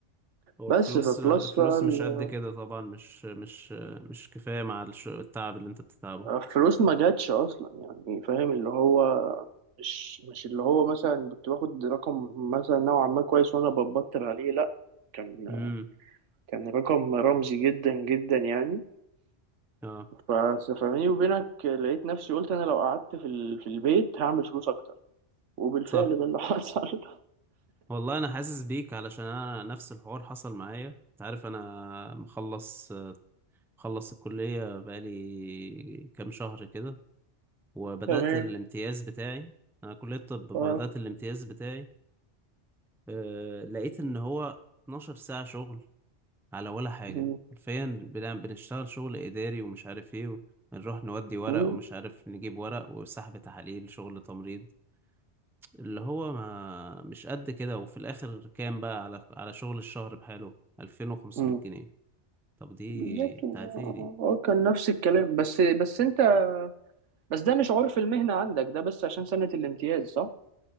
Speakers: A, in the centre; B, on the right.
A: هو
B: بس
A: الفلوس
B: فبلس
A: الفلوس
B: بقى ال-
A: مش قد كده طبعا مش مش مش كفاية مع الش- التعب اللي انت بتتعبه
B: الفلوس ما جاتش أصلا يعني فاهم اللي هو مش مش اللي هو مثلا كنت باخد رقم مثلا نوعا ما كويس وأنا ببطر عليه لأ كان
A: امم
B: كان رقم رمزي جدا جدا يعني
A: اه
B: ف- فبيني وبينك لقيت نفسي قلت انا لو قعدت في ال- في البيت هعمل فلوس اكتر وبالفعل
A: صح
B: ده اللي <laughs> حصل
A: والله انا حاسس بيك علشان انا نفس الحوار حصل معايا انت عارف انا مخلص مخلص الكلية بقالي كام شهر كده وبدأت
B: تمام
A: الامتياز بتاعي انا كلية طب
B: اه
A: بدأت الامتياز بتاعي أه لقيت ان هو 12 ساعة شغل على ولا حاجة
B: م-
A: حرفيا بنعم- بنشتغل شغل اداري ومش عارف ايه ونروح نودي ورق
B: م-
A: ومش عارف نجيب ورق وسحب تحاليل شغل تمريض اللي هو ما مش قد كده وفي الاخر كام بقى على على شغل الشهر بحاله 2500
B: م.
A: جنيه طب دي
B: بالظبط
A: بتاعت ايه دي
B: اه كان نفس الكلام بس بس انت بس ده مش عرف المهنة عندك ده بس عشان سنة الامتياز صح؟